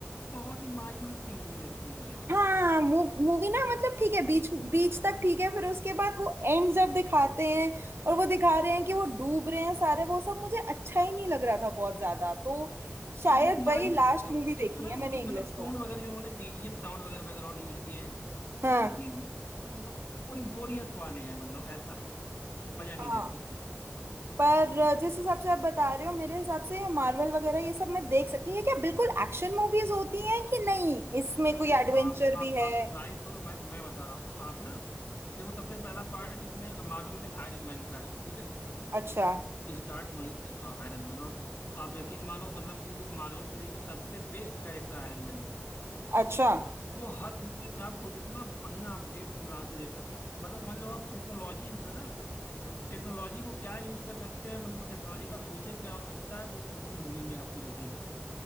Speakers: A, on the left; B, on the right.
A: बहुत ही मायूस सी मूवी लगती है मुझे तो
B: हाँ मूवी ना मतलब ठीक है बीच बीच तक ठीक है फिर उसके बाद वो एंड जब दिखाते हैं और वो दिखा रहे हैं कि वो डूब रहे हैं सारे वो सब मुझे अच्छा ही नहीं लग रहा था बहुत ज्यादा तो शायद
A: बहुत
B: वही
A: मायूस
B: लास्ट मूवी
A: एक
B: देखी
A: तो ना
B: है
A: उनकी
B: मैंने इंग्लिश
A: मतलब टोन
B: तो
A: वगैरह जो उन्होंने बीजीएम साउंड वगैरह बैकग्राउंड यूज किए हैं
B: हाँ
A: मतलब कि मतलब बोरी बोरियत वाले हैं मतलब ऐसा है मजा नहीं
B: हाँ
A: देता
B: पर जिस हिसाब से आप बता रहे हो मेरे हिसाब से ये मार्वल वगैरह ये सब मैं देख सकती हूँ ये क्या बिल्कुल एक्शन मूवीज होती हैं कि नहीं इसमें
A: अरे
B: कोई
A: आप
B: एडवेंचर
A: आप
B: भी है
A: आप ट्राई करो मैं मैं बता रहा हूँ आप ना देखो सबसे पहला पार्ट इसमें मार्वल में आयरन मैन का है ठीक
B: अच्छा
A: है स्टार्ट वहीं से हाँ आयरन मैन और आप यकीन मानो मतलब कि मार्वल सीरीज में सबसे बेस्ट कैरेक्टर आयरन मैन का है
B: अच्छा
A: वो हर मूवी में आपको इतना बढ़िया अपडेट ला के देता मतलब समझ लो आप टेक्नोलॉजी जो है ना टेक्नोलॉजी को क्या यूज कर सकते हैं मतलब टेक्नोलॉजी का फ्यूचर क्या हो सकता है वो पूरी मूवी में आपको दिखेगा